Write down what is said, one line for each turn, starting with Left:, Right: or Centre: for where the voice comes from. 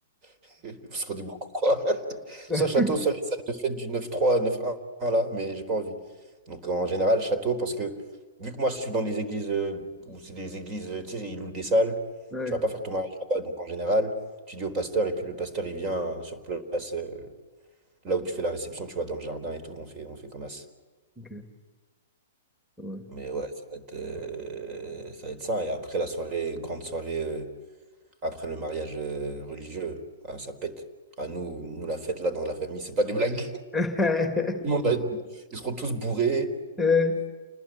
Right: <laughs> Parce qu'on est beaucoup, quoi. <laughs>
Centre: <laughs>
Right: Soit château, soit les salles de fête du 9-3 à 9-1, là, mais j'ai pas envie. Donc en général, château, parce que vu que moi je suis dans des églises euh, où c'est des églises, euh, tu sais, ils louent des salles,
Centre: ouais,
Right: tu vas pas faire ton mariage là-bas. Donc en général, tu dis au pasteur, et puis le pasteur il vient euh, sur place, euh, là où tu fais la réception, tu vois, dans le jardin et tout, on fait, on fait comme ça.
Centre: Ok, ouais.
Right: Mais ouais, ça va être, euh, ça va être ça. Et après la soirée, grande soirée, euh, après le mariage euh, religieux, ah, ça pète. Ah, nous, nous, la fête là dans la famille, c'est pas des blagues.
Centre: <laughs>
Right: Tout le monde va être- Ils seront tous bourrés.
Centre: Euh,